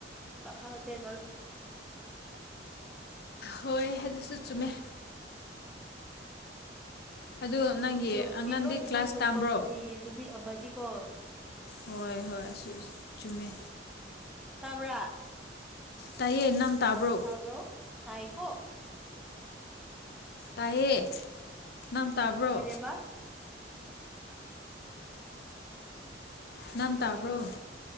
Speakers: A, in the centre; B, on the left.
A: ꯇꯍꯥꯎꯗꯦ ꯅꯪ
B: ꯍꯣꯏ ꯑꯗꯨꯁꯨ ꯆꯨꯝꯃꯦ ꯑꯗꯨ ꯅꯪꯒꯤ
A: ꯌꯨꯝꯕꯤ
B: ꯑꯉꯥꯡꯗꯤ
A: ꯂꯣꯏꯗꯃꯛ
B: ꯀ꯭ꯂꯥꯁ
A: ꯌꯨꯝꯐꯝꯪꯒꯤꯗꯤ
B: ꯇꯝꯕ꯭ꯔꯣ
A: ꯅꯨꯃꯤꯠ ꯑꯃꯗꯤꯀꯣ
B: ꯍꯣꯏ ꯍꯣꯏ <unintelligible> ꯆꯨꯝꯃꯦ
A: ꯇꯥꯕ꯭ꯔꯥ
B: ꯇꯥꯏꯌꯦ ꯅꯪ ꯇꯥꯕ꯭ꯔꯣ
A: ꯇꯥꯕ꯭ꯔꯣ ꯇꯥꯏ ꯀꯣ
B: ꯇꯥꯏꯌꯦ ꯅꯪ ꯇꯥꯕ꯭ꯔꯣ
A: ꯀꯔꯤꯕ
B: ꯅꯪ ꯇꯥꯕ꯭ꯔꯣ